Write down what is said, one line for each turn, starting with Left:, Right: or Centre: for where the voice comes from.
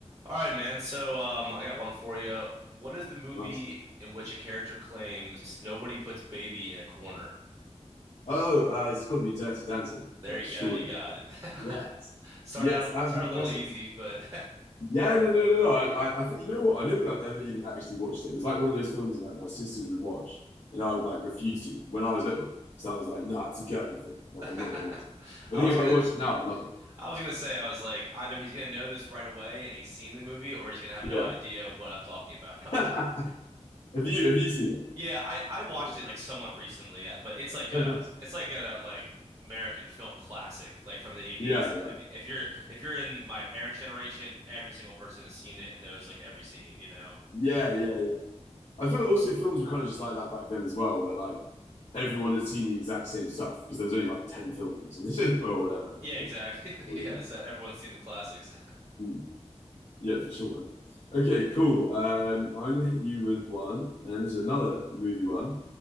Right: All right, man. So, um, I got one for you. What is the movie
Left: Nice.
Right: in which a character claims nobody puts baby in a corner?
Left: Oh, uh, it's got to be Dirty Dancing,
Right: There
Left: right?
Right: you
Left: Surely.
Right: go. You got it.
Left: Yes.
Right: <laughs> Start
Left: Yes,
Right: out,
Left: absolutely
Right: start a little
Left: classic.
Right: easy, but
Left: Yeah, no, no, no, no. I, I, I, think- you know what? I don't think I've ever even actually watched it. It was like one of those films that like my sisters would watch, and I would like refuse to when I was little. So I was like, "Nah, it's a girly film. Like,
Right: <laughs>
Left: I'm not gonna watch it."
Right: I
Left: I think
Right: was
Left: if
Right: gonna,
Left: I watched it now, I'd love it.
Right: I was gonna say, I was like, either he's gonna know this right away and he's seen the movie, or he's gonna have no
Left: Yeah.
Right: idea what I'm talking about.
Left: <laughs>
Right: <laughs>
Left: Have you have you seen
Right: Yeah, I I watched
Left: it?
Right: it like somewhat recently, yeah, but it's like
Left: Oh,
Right: a
Left: nice.
Right: it's like a like American film classic, like from the 80s.
Left: Yeah, yeah,
Right: Like if you're if you're in my parents' generation, every single person has seen it and knows like every scene, you know?
Left: yeah, yeah, yeah. I feel like also films were kind of just like that back then as well, where like everyone had seen the exact same stuff because there was only like 10 films and <laughs> the or whatever.
Right: Yeah,
Left: Like,
Right: exactly.
Left: oh
Right: <laughs>
Left: yeah.
Right: Yeah, so everyone's seen the classics.
Left: Hmm. Yeah, for sure, man. Okay, cool. Um, I'm gonna hit you with one, and this is another movie one.